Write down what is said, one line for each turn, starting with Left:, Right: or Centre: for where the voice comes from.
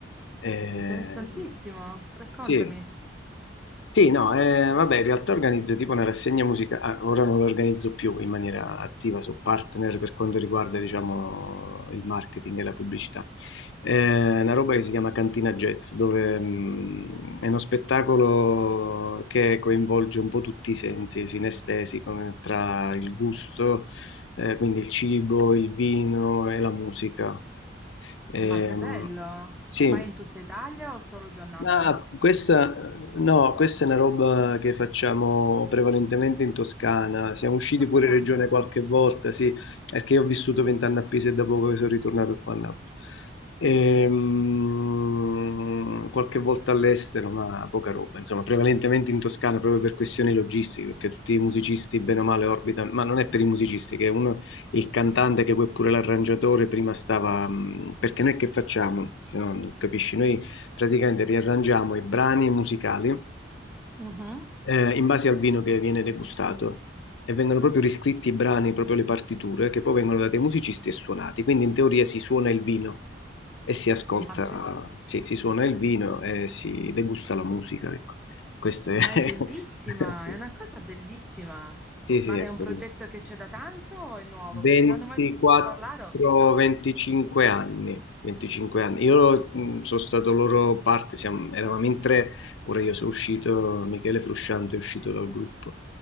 Left: Eh,
Centre: interessantissimo. Raccontami.
Left: sì, sì, no, eh, vabbè, in realtà organizzo tipo una rassegna musicale, ora non la organizzo più in maniera attiva, sono partner per quanto riguarda, diciamo, il marketing e la pubblicità. Eh, una roba che si chiama Cantina Jazz, dove mh, è uno spettacolo che coinvolge un po' tutti i sensi sinestesi, come tra il gusto, eh, quindi il cibo, il vino e la musica. Ehm,
Centre: Ma che bello!
Left: sì,
Centre: Ma in tutta Italia o solo giù a Napoli?
Left: Ah, questa, no, questa è una roba che facciamo prevalentemente in Toscana. Siamo usciti
Centre: Toscana.
Left: fuori regione qualche volta, sì, perché io ho vissuto vent'anni a Pisa e da poco che sono ritornato qua a Napoli. Ehm, qualche volta all'estero, ma poca roba, insomma, prevalentemente in Toscana proprio per questioni logistiche, perché tutti i musicisti bene o male orbitano, ma non è per i musicisti, che uno, il cantante che poi è pure l'arrangiatore prima stava, mh, perché noi che facciamo? Se no, non capisci, noi praticamente riarrangiamo i brani musicali
Centre: Mhm.
Left: eh, in base al vino che viene degustato e vengono proprio riscritti i brani, proprio le partiture, che poi vengono date ai musicisti e suonati. Quindi in teoria si suona il vino e si ascolta,
Centre: Ma, be-
Left: sì, si suona il vino e si degusta la musica, ecco. Questo è...
Centre: ma
Left: <laughs>
Centre: è bellissima,
Left: sì,
Centre: è una cosa bellissima.
Left: sì, sì,
Centre: Ma
Left: ecco.
Centre: è un progetto
Left: sì.
Centre: che c'è da tanto o è nuovo?
Left: 24-25
Centre: Perché non ne ho mai sentito parlare. o-
Left: anni, 25 anni. Io mh, sono stato loro parte, siamo- eravamo in tre, ora io sono uscito, Michele Frusciante è uscito dal gruppo,